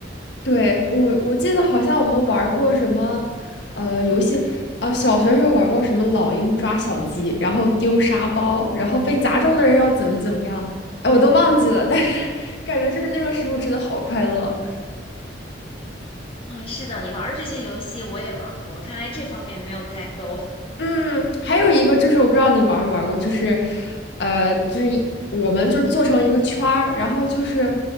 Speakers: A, on the left; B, on the left.
A: 对，我我记得好像我们玩过什么，呃，游戏，呃，小学时候玩过什么老鹰抓小鸡，然后丢沙包，然后被砸中的人要怎么怎么样，哎，我都忘记了，但是 <laughs> 感觉就是那个时候真的好快乐。
B: 嗯，是的，你玩的这些游戏我也玩过，看来这方面没有代沟。<laughs>
A: 嗯，还有一个就是我不知道你玩没玩过，就是，呃，就是一我们就做成一个圈儿，然后就是，